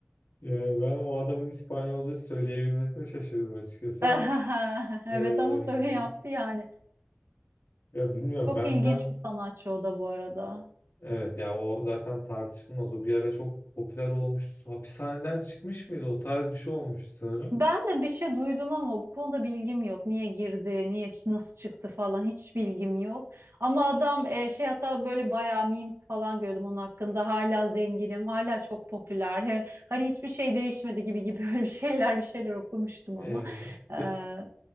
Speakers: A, on the left; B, on the right.
A: Yani ben o adamın İspanyolca söyleyebilmesine şaşırdım açıkçası
B: <laughs>
A: ama
B: Evet
A: eee,
B: ama söyle yaptı yani.
A: ya bilmiyorum
B: Çok
A: ben
B: ilginç
A: biraz
B: bir sanatçı o da bu arada.
A: evet ya o zaten tartışılmaz o bir ara çok popüler olmuştu. Hapishaneden çıkmış mıydı o tarz bir şey olmuştu sanırım.
B: Ben de bir şey duydum ama bu konuda bilgim yok. Niye girdi, niye nasıl çıktı falan hiç bilgim yok. Ama adam e, şey hatta böyle bayağı memes falan gördüm onun hakkında. Hala zenginim, hala çok popüler. He- hani hiçbir şey değişmedi gibi gibi <laughs> böyle bir şeyler bir şeyler okumuştum
A: Eee,
B: ama. Ee,
A: pe-